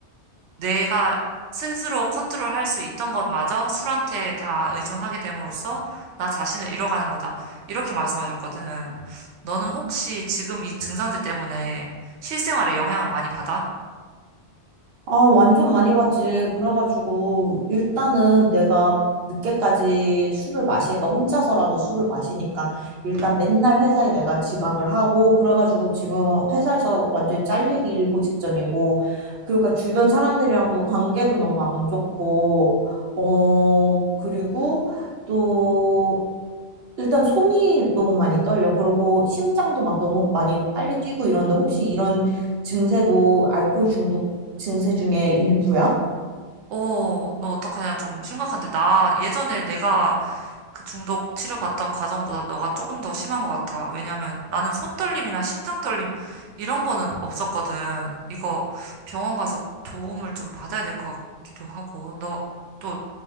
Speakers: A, on the right; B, on the right.
A: 내가 스스로 컨트롤할 수 있던 것마저 술한테 다 의존하게 됨으로써 나 자신을 잃어가는 거다. 이렇게 말씀하셨거든. 너는 혹시 지금 이 증상들 때문에 실생활에 영향을 많이 받아?
B: 아, 완전 많이 봤지. 그래가지고, 일단은 내가 늦게까지 술을 마시니까, 혼자서라도 술을 마시니까, 일단 맨날 회사에 내가 지각을 하고, 그래가지고 지금 회사에서 완전히 잘리기 일고 직전이고, 그러니까 주변 사람들이랑도 관계도 너무 안 좋고, 어, 그리고 또 일단 손이 너무 많이 떨려. 그리고 심장도 막 너무 많이 빨리 뛰고 이러는데 혹시 이런 증세도 알코올 중독 증세 중에 일부야?
A: 어, 너 어떡하냐. 좀 심각한데. 나 예전에 내가 그 중독 치료받던 과정보다 너가 조금 더 심한 것 같아. 왜냐면 나는 손떨림이나 심장떨림 이런 거는 없었거든. 이거 병원 가서 도움을 좀 받아야 될 것 같기도 하고. 너 또